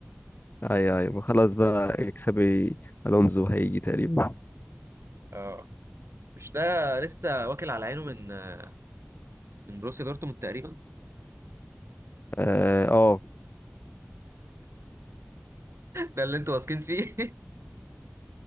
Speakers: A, on the left; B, on the right.
A: أي أي خلاص بقى اكسبي ألونزو هيجي تقريبا
B: اه مش ده لسه واكل على عينه من آه، من بروسيا دورتموند تقريبا <laughs>
A: آه آه،
B: ده اللي انتوا واثقين فيه <laughs>